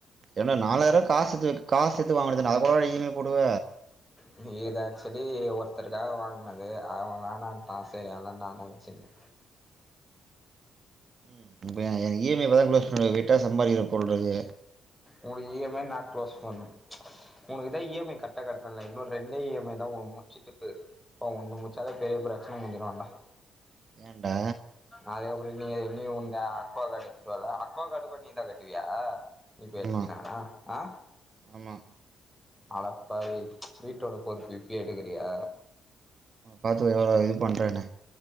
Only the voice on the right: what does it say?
ஏண்டா நாலாயிரோரூவா காசு சேத்து காசு சேத்து வாங்க வேண்டியது தான டா அத கூடவா டா இ எம் ஐ போடுவ
ம். இப்ப எ எ இ எம் ஐ இப்பதா குளோஸ் பண்றது விட்டா சம்பாரிக்ற போடுறது
ஏண்டா
ஆமா
ஆமா
பார்த்துகோ எவ்ளோ இது பண்ணுறேண்ணு